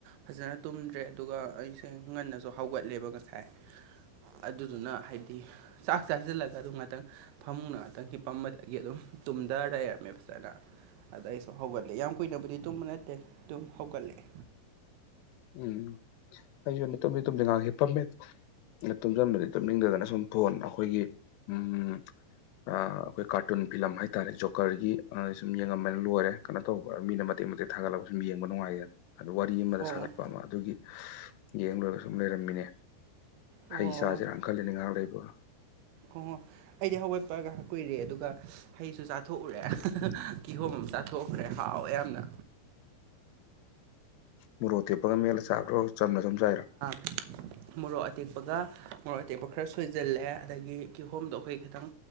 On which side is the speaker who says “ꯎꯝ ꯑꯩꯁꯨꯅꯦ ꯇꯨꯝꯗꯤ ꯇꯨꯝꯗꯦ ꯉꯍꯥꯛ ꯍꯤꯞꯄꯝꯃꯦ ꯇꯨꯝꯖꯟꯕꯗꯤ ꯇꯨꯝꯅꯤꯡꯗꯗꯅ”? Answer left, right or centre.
Left